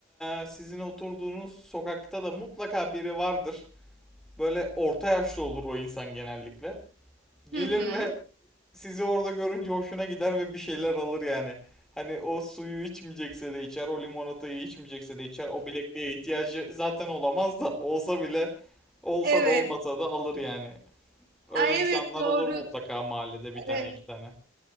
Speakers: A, in the centre; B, on the right.
A: e, sizin oturduğunuz sokakta da mutlaka biri vardır. Böyle orta yaşlı olur o insan genellikle. Gelir
B: Hı hı.
A: ve sizi orada görünce hoşuna gider ve bir şeyler alır yani. Hani o suyu içmeyecekse de içer, o limonatayı içmeyecekse de içer. O bilekliğe ihtiyacı zaten olamaz da olsa bile olsa
B: Evet.
A: da olmasa da alır yani. Öyle
B: Ay
A: insanlar
B: evet doğru.
A: olur mutlaka mahallede
B: Evet.
A: bir tane iki tane.